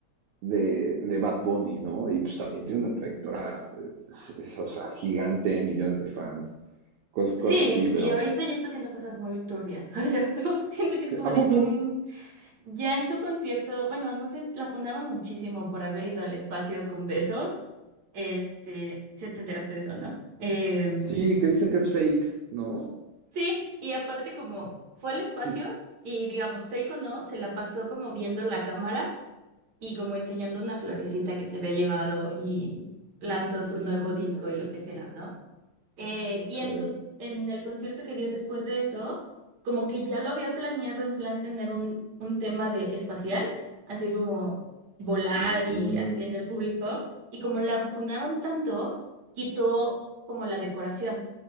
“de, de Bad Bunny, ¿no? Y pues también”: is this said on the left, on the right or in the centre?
Right